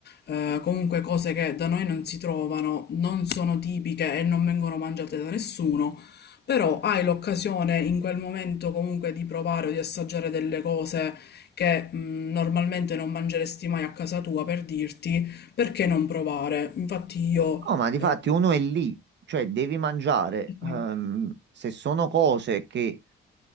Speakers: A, on the left (about 55°); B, on the right (about 65°).
A: eh, comunque cose che da noi non si trovano, non sono tipiche e non vengono mangiate da nessuno. Però hai l'occasione in quel momento comunque di provare o di assaggiare delle cose che mh, normalmente non mangeresti mai a casa tua per dirti perché non provare. Infatti io
B: no, ma di
A: eh,
B: fatti uno è lì, cioè devi mangiare.
A: sì,
B: ehm, se sono cose che